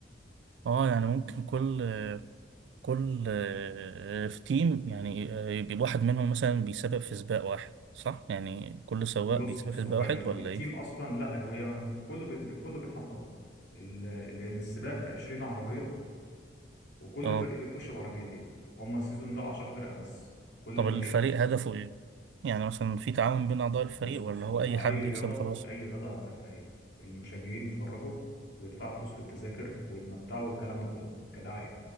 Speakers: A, on the right (about 75°); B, on the left (about 65°).
A: اه يعني ممكن كل كل آه، في تيم يعني آه، يبقى واحد منهم مثلا بيسابق في سباق واحد صح يعني كل سواق
B: بص
A: بيسابق
B: بص
A: في سباق
B: هو
A: واحد
B: ال-
A: ولا
B: التيم
A: ايه
B: اصلا لا هو هي كله بي- كله بيطحن في بعض ال- لان السباق 20 عربيه وكل
A: اه
B: فريق بيخش بعربيتين هما السيزون ده 10 فرق بس كل
A: طب
B: فريق
A: الفريق هدفه ايه يعني مثلا في تعاون بين اعضاء الفريق
B: بص
A: ولا
B: بص
A: هو
B: هو
A: اي حد
B: اي رياضه
A: يكسب خلاص
B: اي رياضه هدفها ايه المشجعين يتفرجوا ويدفعوا فلوس في التذاكر ويتمتعوا والكلام ده كله كدعايه